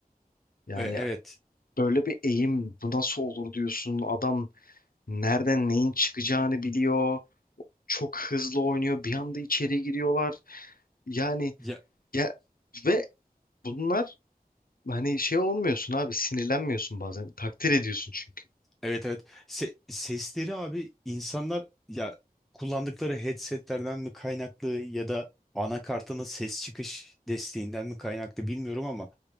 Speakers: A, on the left; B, in the centre.
A: Yani
B: E, evet.
A: böyle bir eğim bu nasıl olur diyorsun. Adam nereden neyin çıkacağını biliyor. Çok hızlı oynuyor. Bir anda içeri giriyorlar. Yani
B: Ya
A: ya ve bunlar hani şey olmuyorsun abi sinirlenmiyorsun bazen. Takdir ediyorsun çünkü.
B: Evet evet. Se- sesleri abi insanlar ya kullandıkları headsetlerden mi kaynaklı ya da anakartının ses çıkış desteğinden mi kaynaklı bilmiyorum ama